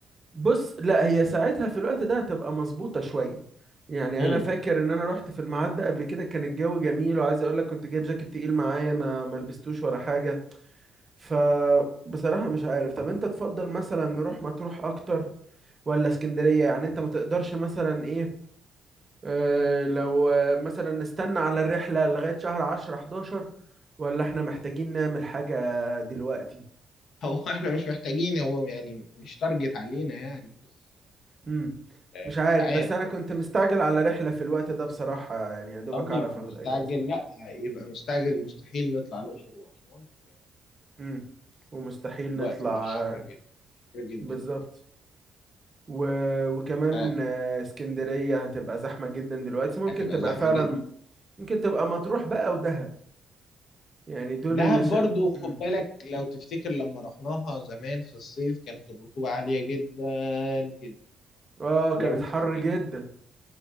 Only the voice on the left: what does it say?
مم.
هو احنا مش محتاجين هو يعني مش تارجت علينا يعني بس
آه،
مش عارف
براحتنا
طب
يبقى
مستعجل
لا يبقى مستعجل مستحيل نطلع الأقصر وأسوان في,
في
في الوقت
ده حر
جدا حر جدا
جدا
آه،
هتبقى
زحمة
جدا
دهب
برضو خد
بالك لو تفتكر لما رحناها زمان في الصيف كانت الرطوبة عالية جدا جدا
لو تفتكر